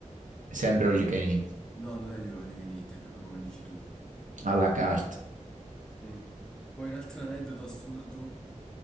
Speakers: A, on the right (about 75°); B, in the centre.
A: sempre all you can eat.
B: No, non è l'olio all you can eat, è proprio come dici tu.
A: alla carta.
B: Mm. Poi un altro aneddoto assurdo.